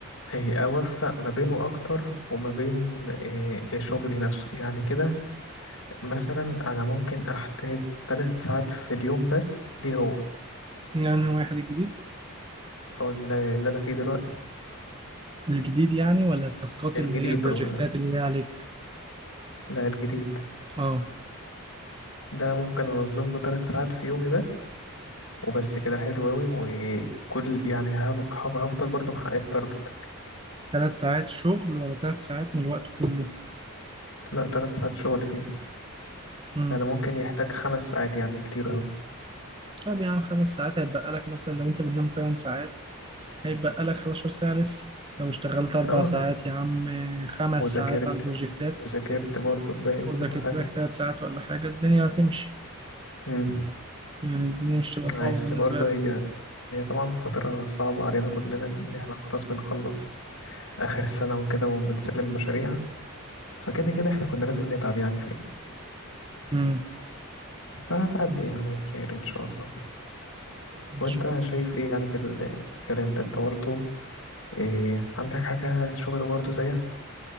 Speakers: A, on the left (about 65°); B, on the right (about 25°).
A: أي أوفق ما بينه أكتر وما بين إيه إيه شغلي نفسه يعني كده مثلا أنا ممكن أحتاج ثلاث ساعات في اليوم بس دي هو
B: يعني واحد الجديد
A: أو اللي اللي أنا فيه دلوقتي
B: الجديد يعني ولا التاسكات
A: الجديد
B: اللي هي البروجكتات
A: أو
B: اللي هي عليك؟
A: لا الجديد
B: اه
A: ده ممكن أنظم له ثلاث ساعات في يومي بس وبس كده حلو أوي وكل يعني هف- هف- هفضل برضه محقق التارجت
B: ثلاث ساعات شغل ولا ثلاث ساعات من الوقت كله
A: لا ثلاث ساعات شغل فيه
B: امم
A: يعني ممكن يحتاج خمس ساعات يعني كتير أوي
B: طب يا عم خمس ساعات هيتبقى لك مثلا لو انت بتنام ثمان ساعات هيتبقى لك 11 ساعة لسه لو اشتغلت أربع
A: اه
B: ساعات يا عم آه، خمس
A: وذاكرت
B: ساعات على البروجكتات
A: وذاكرت برضه الباقي وكل
B: وذاكرت
A: حاجة
B: لك ثلاث ساعات ولا حاجة الدنيا هتمشي
A: مم.
B: يعني الدنيا مش تبقى
A: بس
B: صعبة بالنسبة
A: برضه
B: لك
A: هي هي طبعا فترة صعبة علينا كلنا إن احنا خلاص بنخلص آخر السنة وكده وبنسلم مشاريع فكده كده احنا كنا لازم نتعب يعني فيها
B: امم
A: فهتعدي يعني خير إن شاء الله
B: ان
A: وأنت
B: شاء الله
A: شايف إيه يعني في الكلام ده أنت برضه إيه عندك حاجة شغل برضه زيها